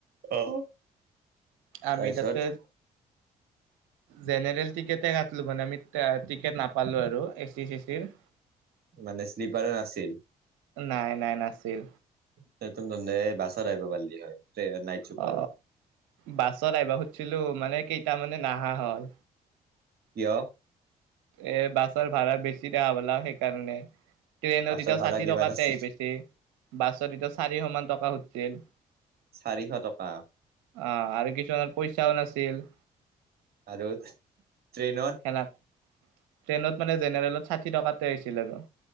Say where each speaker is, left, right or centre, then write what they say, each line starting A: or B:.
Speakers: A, on the right (about 60°); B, on the right (about 85°).
A: অ'
B: আমি
A: তাৰপিছত।
B: তাতে জেনেৰেল টিকেটে কাটলোঁ মানে আমি টে-টিকেট নাপালোঁ আৰু এ চি চে চিৰ।
A: মানে শ্লিপাৰো নাছিল?
B: নাই, নাই নাছিল।
A: <unintelligible> বাছত আহিবা পাৰলি হয়, নাইট চুপাৰত।
B: অ বাছত আহিবা খোজছিলোঁ মানে কেইটা মানে নাহা হ'ল।
A: কিয়?
B: এ, বাছৰ ভাড়া বেছি দেখা পালাক সেইকাৰণে। ট্ৰেইনত
A: বাছৰ
B: এতিয়া
A: ভাড়া
B: ষাঠি
A: কিমান
B: টকাতে
A: আছিল
B: আহি পাইছি, বাছত এতিয়া চাৰিশ মান টকা সুধছিল।
A: চাৰিশ টকা।
B: অ' আৰু কিছুমানৰ পইচাও নাছিল।
A: আৰু ট্ৰেইনত?
B: <unintelligible> ট্ৰেইনত মানে জেনেৰেলত ষাঠি টকাতে হৈছিল আৰু।